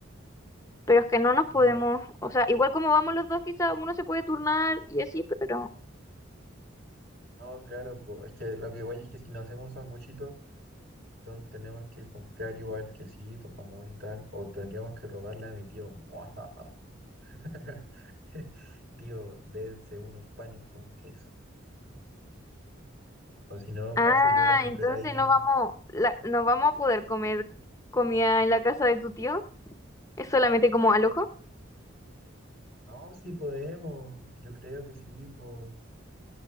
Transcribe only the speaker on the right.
Digo,
no, claro, pues, es que lo que voy es que si nos hacemos un sanguchito, to- tenemos que comprar igual quesito, jamón y tal, o tendríamos que robarle a mi tío, <laughs> <laughs> Tío, dense unos panes con queso. O si no,
paso yo a comprar
ahí.
No, sí podemos. Yo creo que sí, po.